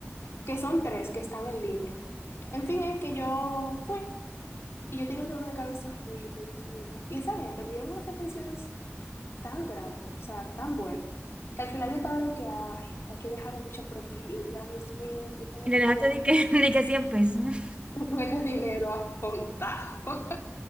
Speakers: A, on the left; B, on the right.
A: que son tres que están en línea. En fin, es que yo fui y yo tenía un dolor de cabeza horrible, Dios mío. Y esa gente me dieron unas atenciones tan grandes, o sea, tan buenas, que al final yo estaba de que, ay, hay que dejarle mucha propina, Dios mío, yo con
B: Y
A: este
B: le dejaste
A: dinero,
B: de que, <laughs> de que 100 pesos.
A: <laughs> con este dinero apuntado.